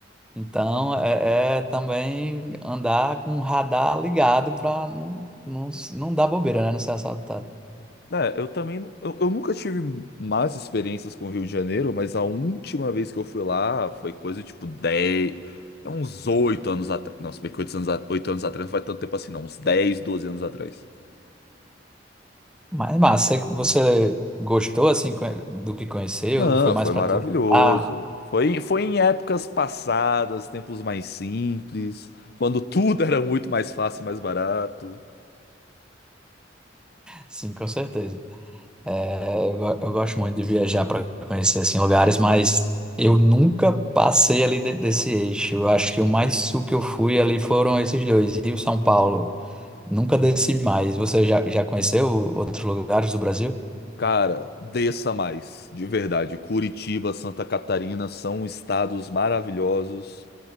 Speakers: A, in the centre; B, on the left (about 60°).
A: Então, é, é também andar com o radar ligado pra não, não, não dar bobeira, né? Não ser assaltado.
B: É, eu também, nu- eu, eu nunca tive más experiências com o Rio de Janeiro, mas a última vez que eu fui lá foi coisa tipo 10 é uns 8 anos atrás. Não, se bem que 8 anos, a- oito anos atrás não faz tanto tempo assim, não, uns dez doze anos atrás.
A: Mas massa, você gostou assim co- do que conheceu?
B: Não,
A: Foi mais
B: foi
A: para
B: maravilhoso.
A: tu? Ah,
B: Foi, foi em épocas passadas, tempos mais simples, quando tudo era muito mais fácil e mais barato.
A: sim, com certeza. É, eu, go- eu gosto muito de viajar para conhecer assim lugares, mas eu nunca passei ali de- desse eixo. Eu acho que o mais sul que eu fui ali foram esses dois, Rio, São Paulo. Nunca desci mais. Você já, já conheceu outros lugares do Brasil?
B: Cara, desça mais, de verdade. Curitiba, Santa Catarina são estados maravilhosos.